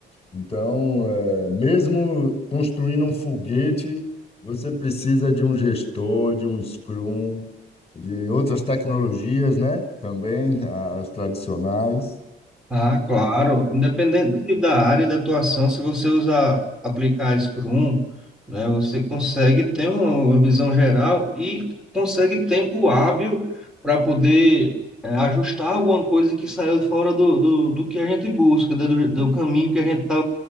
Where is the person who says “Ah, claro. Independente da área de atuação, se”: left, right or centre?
Centre